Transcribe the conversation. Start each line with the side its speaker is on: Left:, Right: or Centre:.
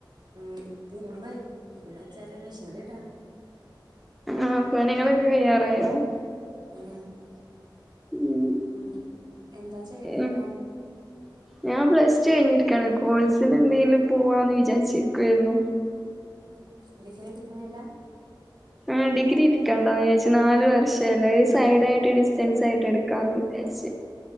Right: ഉ തിരുമ്പ തിരുമ്പ വെച്ചാല് മെ ശീലട്ടാണ്
Centre: ആഹ് പണികളൊക്കെ <unintelligible>
Right: ഉം
Centre: ഉം
Right: ഉ എന്താ ചെയ്യണ
Centre: ഉം
Right: ഇപ്പൊ
Centre: ഞാൻ പ്ലസ് ടു കഴിഞ്ഞിരിക്കയാണ് കോളസിന് എന്തെങ്കിലും പോവാന്ന് വിചാരിച്ചിരിക്കുവായിരുന്നു
Right: ഉം ക്ഷെ ട് കണില്ല
Centre: ആ ഡിഗ്രി ഇരിക്കാണ്ടന്ന് ച്ച്‌നാല് വർഷം അല്ലേ സൈഡ ആയിട്ട് ഡിസ്റ്റൻസ് ആയിട്ട് എടുക്കാന്ന് <unintelligible>